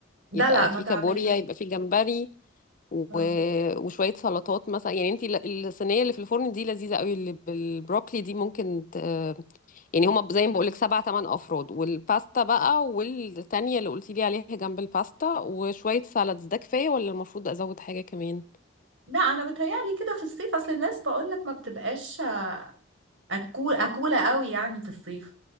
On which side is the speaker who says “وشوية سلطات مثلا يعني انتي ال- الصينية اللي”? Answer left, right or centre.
Left